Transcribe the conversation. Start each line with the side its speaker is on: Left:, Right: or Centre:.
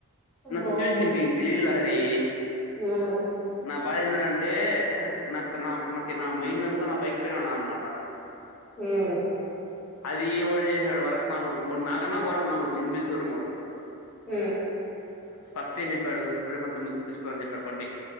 Centre: అబ్బో
Left: నా సిచ్యువేషన్ మీకు తెలీదు లహరి
Centre: హ్మ్
Left: నా బాధ ఎందర అంటే నాక్ నా నాపున నా మైండ్ అంత నా బైక్ పైనే ఉన్నదనమాట
Centre: హ్మ్
Left: అది ఒకడు ఏమ్ సినాడు వరష్టు నా క <unintelligible>
Centre: హు
Left: ఫస్ట్ ఏం చెప్పాడు ఫిబ్రరి పంతొమ్మిది తీసుకో అని చెప్పాడు బండి